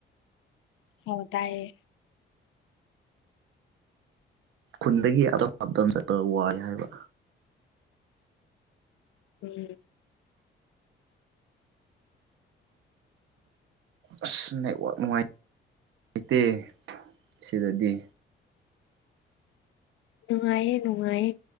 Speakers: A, on the left; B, on the right.
A: ꯍ ꯇꯌꯦ
B: ꯈꯨꯟꯗꯒꯤ ꯑꯇꯣꯞ ꯑꯇ ꯆꯠꯄ ꯋꯥꯏ ꯍꯥꯏꯕ
A: ꯎꯝ
B: ꯑꯁ ꯅꯦꯠꯋꯥꯛ ꯅꯨꯡꯉꯥꯏ ꯂꯩꯇꯦ ꯁꯤꯗꯗꯤ
A: ꯅꯨꯡꯉꯥꯏꯌꯦ ꯅꯨꯡꯉꯥꯏꯌꯦ